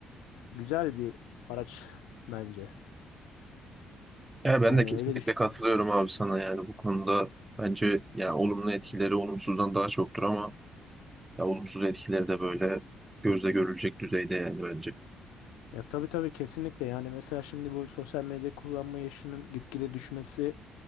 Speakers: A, on the left (about 75°); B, on the right (about 15°).
A: güzel bir araç bence.
B: Yani ben
A: Yani
B: de kesinlikle
A: öyle düşünüyorum.
B: katılıyorum abi sana yani bu konuda bence yani olumlu etkileri olumsuzdan daha çoktur ama Ya olumsuz etkileri de böyle gözle görülecek düzeyde yani bence.
A: Ya tabii tabii kesinlikle yani mesela şimdi bu sosyal medya kullanma yaşının gitgide düşmesi